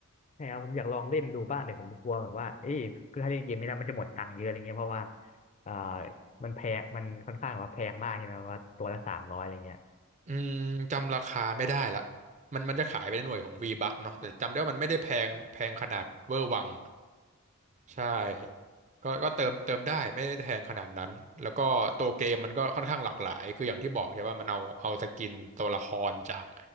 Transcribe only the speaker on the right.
อืมจำราคาไม่ได้ละมันมันจะขายไปในหน่วยของ V-Bucks เนาะแต่จำได้ว่ามันไม่ได้แพงแพงขนาดเวอร์วัง ใช่ก็ก็เติมเติมได้ไม่ได้แพงขนาดนั้น แล้วก็ตัวเกมมันก็ค่อนข้างหลากหลาย คืออย่างที่บอกใช่ว่ามันเอาเอาสกินตัวละครจาก